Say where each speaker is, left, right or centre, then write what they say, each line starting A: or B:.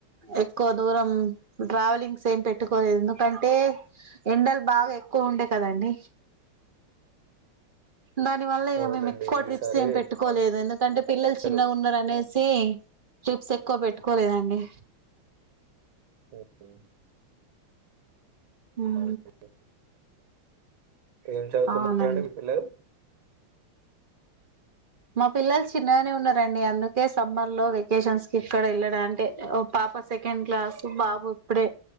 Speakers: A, on the right; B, on the right.
A: ఎక్కువ దూరం ట్రావెలింగ్స్ ఏం పెట్టుకోలే ఎందుకంటే ఎండలు బాగా ఎక్కువ ఉండే కదండి దాని వల్ల ఇగ
B: అవునండి
A: మేము ఎక్కువ ట్రిప్స్
B: ఈసారి
A: ఏం పెట్టుకోలేదు ఎందుకంటే పిల్లలు
B: ఎండలు
A: చిన్నగా ఉన్నారు అనేసి సి ట్రిప్స్ ఎక్కువ పెట్టుకోలేదండి
B: ఉ ఉ
A: అ
B: <inaudible> ఏం చదువుతున్నారండి
A: అవునండి
B: మీ పిల్లలు
A: మా పిల్లలు చిన్నగనే ఉన్నారండి అందుకే సమ్మర్ లో వెకేషన్స్ కి ఎక్కడ వెళ్ళడం అంటే ఒ పాప సెకండ్ క్లాసు బాబు ఇప్పుడే